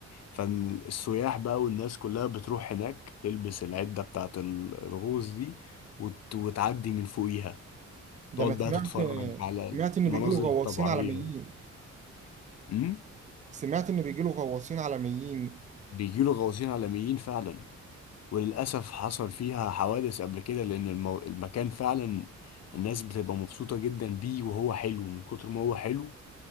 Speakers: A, on the left; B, on the right.
A: فالسياح بقى والناس كلها بتروح هناك تلبس العدة بتاعة ال- الغوص دي وت... وتعدي من فوقيها
B: ده
A: تقعد
B: انا سمعت
A: بقى تتفرج على
B: سمعت ان
A: المناظر
B: بيجيله غواصين
A: الطبيعية
B: عالميين
A: امم
B: سمعت إن بيجيله غواصين عالميين
A: بيجيله غواصين عالميين فعلا وللأسف حصل فيها حوادث قبل كده لأن المو... المكان فعلا الناس بتبقى مبسوطة جدا بيه وهو حلو من كتر ما هو حلو